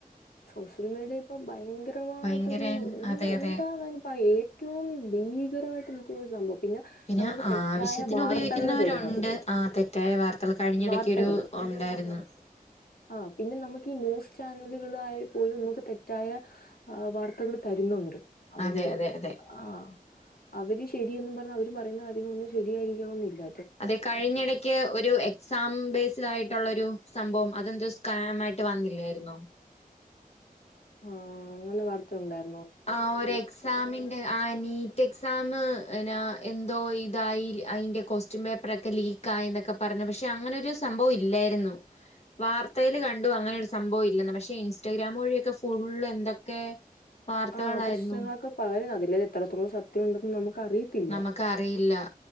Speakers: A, on the left; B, on the left.
A: സോഷ്യൽ മീഡിയ ഇപ്പൊ ഭയങ്കരമായിട്ടൊരു
B: ഭയങ്കര
A: എ
B: അതെ
A: എന്താ
B: അതെ
A: പറ ഏറ്റവും ഭീകര്- ായിട്ട <unintelligible> എനിക്ക് സംഭവം
B: പിന്നെ
A: നമുക്ക് തെറ്റായ
B: ആവശ്യത്തിന്
A: വാർത്തകൾ
B: ഉപയോഗിക്കുന്നവരുണ്ട്
A: തരുന്നത്
B: ആ തെറ്റായ വാർത്തകൾ കഴിഞ്ഞിടക്കൊ
A: വാർത്തകള്
B: ഒരു- ഉണ്ടായിരുന്ന്
A: ആ പിന്നെ നമുക്ക് ഈ ന്യൂസ് ചാനലുകൾ ആയൽ പോലും നമുക്ക് തെറ്റായ വാർത്തകൾ തരുന്നുണ്ട് അവര്
B: അതെ അതെ അതെ
A: ആ അവര് ശ്- ശരി എന്നും പറഞ്ഞ അവര് കാര്യങ്ങളൊന്നും ശരിയായിരിക്കണംന്നില്ല
B: അതെ കഴിഞ്ഞിടക്ക് ഒരു എക്സാം ബേസ്ഡ് ആയിട്ടുള്ളൊ ഒരു സംഭവം അതെന്ത സ്കാം മായിട്ട് വന്നില്ലായിുന്നോ
A: ആഹ അങ്ങനെ വാർത്ത ഉണ്ടായി
B: ആ ഒരു എക്സാമിന്റെ ആനി - റ്റ് എക്സാമ് എന്തോ ഇതായി അതിന്റെ കൊസ്റ്റ്യൻ പേപ്പറൊക്കെ ലീക്കായി എന്നൊക്കെ പറഞ്ഞ് പക്ഷെ അങ്ങനെരു സംഭവം ഇല്ലേരുന്നു. വാർത്തയിൽ കണ്ടു അങ്ങനൊരു സംഭവം ഇല്ലെന്ന് പക്ഷെ ഇൻസ്റ്റഗ്രാം വഴിയൊക്കെ ഫോണിൽ എന്തൊക്കെ വാർത്തകളായിരുന്നു
A: ആ പ്രശ്നങ്ങളൊക്കെ പര് യന്ന് അതില്ലത് എത്രത്തോളം സത്യം ഉണ്ടെന്ന് നമുക്ക് അറിയത്തില്ല
B: നമക്ക് അറിയില്ല-